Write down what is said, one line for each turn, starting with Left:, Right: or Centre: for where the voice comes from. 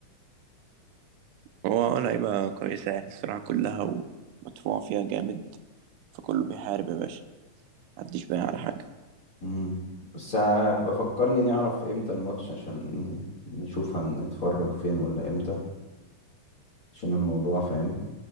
Right: هو لعيبه كويسه يعني الصراحه كلها ومدفوع فيها جامد فكله بيحارب يا باشا محدش بايع على حاجه
Left: مم. بس آه، بفكرني نعرف امتى الماتش عشان نشوف هنتفرج فين ولا امتى عشان الموضوع فاهم